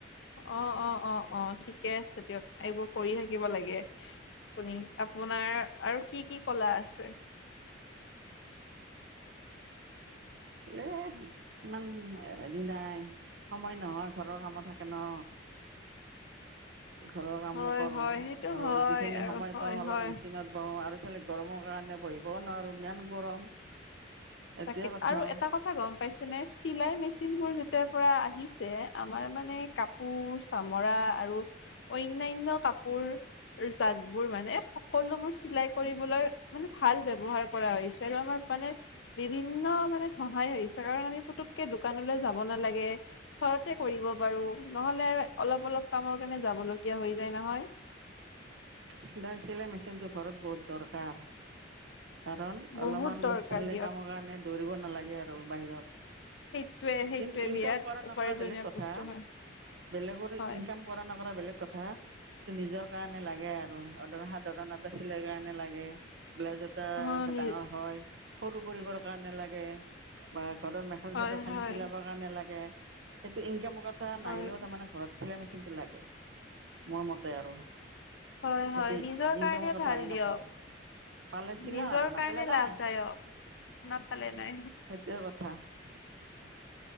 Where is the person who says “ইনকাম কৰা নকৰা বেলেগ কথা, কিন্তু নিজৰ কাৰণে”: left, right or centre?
Right